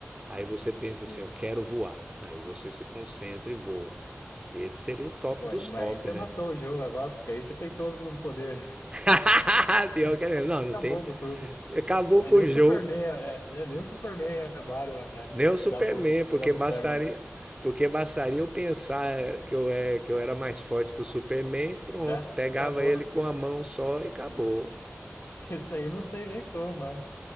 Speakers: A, on the right (about 20°); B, on the left (about 85°).
A: Aí você pensa
B: sim.
A: assim, eu quero voar. Aí você se concentra e voa. Esse seria o top
B: Pô,
A: dos
B: aí- mas
A: top,
B: aí você
A: né?
B: matou o jogo agora, porque aí você tem todos os poderes.
A: <laughs> Pior que é
B: <laughs>
A: mesmo. Não, não
B: Acabou
A: tem.
B: com tudo.
A: Acabou
B: Aí
A: com
B: nem
A: o
B: o
A: jogo.
B: Superman é, é- é- nem o Superman é Batman, é,
A: Nem o Superman,
B: dá pro,
A: porque
B: dá pro
A: bastaria,
B: pega, mas
A: porque bastaria eu pensar que eu, é, que eu era mais forte que o Superman, pronto,
B: é,
A: pegava
B: acabou.
A: ele com a mão só e acabou.
B: <laughs> isso aí não tem nem como, mas